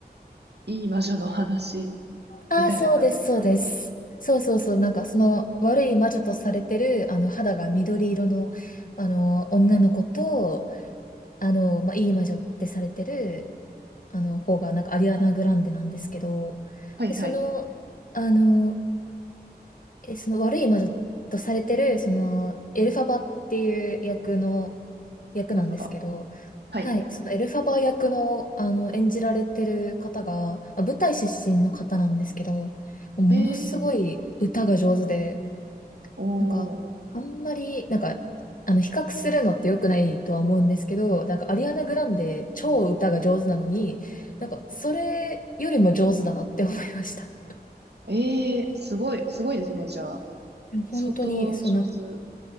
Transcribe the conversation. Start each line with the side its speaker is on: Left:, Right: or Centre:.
Right: いい魔女の話
Left: ああー、
Right: みたいな感じですか
Left: そうです、そうです。そうそうそう、なんかその悪い魔女とされてる、あの、肌が緑色の、あの、女の子と、あの、まあ、いい魔女ってされてる、あの、方が、なんかアリアナ・グランデなんですけど、
Right: はい、
Left: で、
Right: はい。
Left: その、あの、え、その悪い魔女とされてる、その、エルファバっていう役の、役なんですけど、
Right: エルファバ。はい。
Left: はい、そのエルファバ役の、あの、演じられてる方が、まあ舞台出身の方なんですけど、ものすごい歌が上手で、
Right: えー、おー、
Left: なんか、あんまり、なんか、あの、比較するのって良くないとは思うんですけど、なんか、アリアナ・グランデ、超歌が上手なのに、なんか、それよりも上手だなって思いました。
Right: えー、すごい、すごいですね、じゃあ。
Left: いや本当に、
Right: 相当上手。
Left: そう、なんか